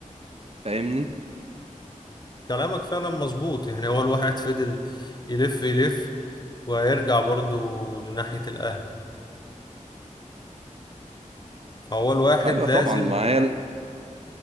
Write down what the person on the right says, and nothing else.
فاهمني
ايوه
طبعا ما هي ال-